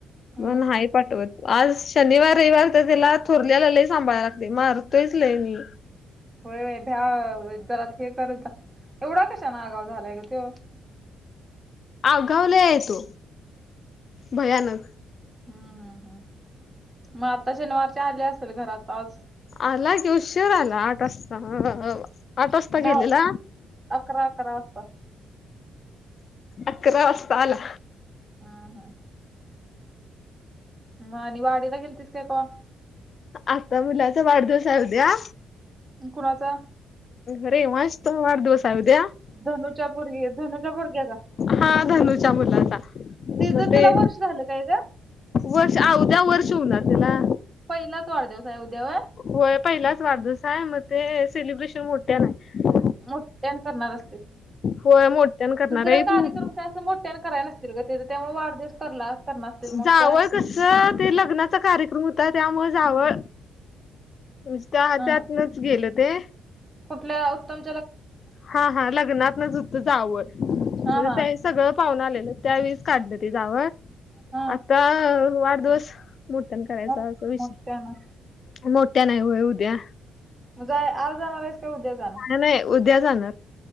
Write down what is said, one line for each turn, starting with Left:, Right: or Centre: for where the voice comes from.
Right: हम्म.
Left: मण ह. पाठवत आज शनिवार रविवार तर त्याला थोरल्याला लय सांभाळायला लागते मारतोयच लय मी
Right: होय भ्या जरात हे कर एवढा कशा ना आगाव झालाय का त.
Left: अगावला आहे तो भयानक.
Right: हम्म हम् हम् मग आता शनिवारच्या आले असेल घरात आज
Left: आला के उशीर आला आठ वाजता आठ वाजता
Right: दहा
Left: गेलेला.
Right: अकरा अकरा असतात.
Left: अकरा वाजता आला.
Right: हा हा. ह आणि वाडीला गेलतीस काय का?
Left: आता मुलाचा वाढदिवस आहे उद्या
Right: कुणाचा?
Left: अरे वंश तो वाढ दिवस आ त्या्या
Right: धनुूच्या भग धनुूच्या भुरग्याचा
Left: हा धनुच्या मुलाचा
Right: तिचं
Left: ते
Right: तिला वर्ष झालं काय ग
Left: वर्ष अवद्या वर्ष होणार त्याला
Right: पहिला त वार्दवसा आहे उद्याव
Left: होय पहिलाच वाढदिव आहे मग ते सेलिब्रेशन मोठ्या नाही.
Right: मोठ्या करणार असते
Left: होय मोठ्यान करणार
Right: दुसरा
Left: आहे
Right: कार्यक्रम
Left: तू
Right: काय अस मोठ्यान करायला न असते. ते त्यामुळे वाढदस करला. करणार असतील मोठ्यानं
Left: जावळ कस ते लग्नाचा कार्यक्रम होता त्यामुळे जावळ म्हणजे त्या हततनच
Right: हा
Left: गेलं ते
Right: कुठल्या उत्तम.
Left: हा हा लग्नातच होत जावं म्हणजे
Right: हा हा
Left: ते सगळं. पाहून आलेल त्यावेस काढलं ते जाव
Right: हा
Left: आता वाढदिवस मोठ्या करायचा
Right: मोठ
Left: अस विषय
Right: मोठ्यानं
Left: मोठ्या नाही होय उद्या
Right: ज आज जाणार आहेस किी उद्या जाणार.
Left: नाही नाही उद्या जाणार.